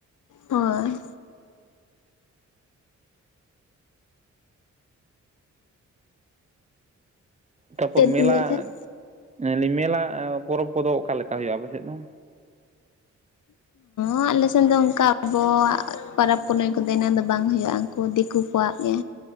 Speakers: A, on the left (about 85°); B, on the right (about 25°).
A: ᱦᱳᱭ
B: ᱛᱟᱯᱚᱨ
A: ᱪᱮᱫ ᱵᱤᱱ
B: ᱢᱮᱞᱟ,
A: ᱞᱟᱹᱭᱮᱫ ᱛᱟᱦᱮᱸᱫ?
B: <unintelligible> ᱢᱮᱞᱟ ᱯᱚᱨᱚᱵᱽ ᱠᱚᱫᱚ ᱚᱠᱟ ᱞᱮᱠᱟ ᱦᱩᱭᱩᱜᱼᱟ ᱟᱯᱮ ᱥᱮᱫ ᱫᱚ
A: ᱚ ᱟᱞᱮᱥᱮᱱ ᱫᱚ ᱚᱝᱠᱟ ᱟᱵᱚᱣᱟᱜ ᱯᱚᱨᱚᱵᱽ ᱯᱩᱱᱟᱹᱭ ᱠᱚᱫᱚ ᱤᱱᱟᱹᱜ ᱫᱚ ᱵᱟᱝ ᱦᱩᱭᱩᱜᱼᱟ ᱠᱚ ᱫᱤᱠᱩ ᱠᱚᱣᱟᱜ ᱜᱮ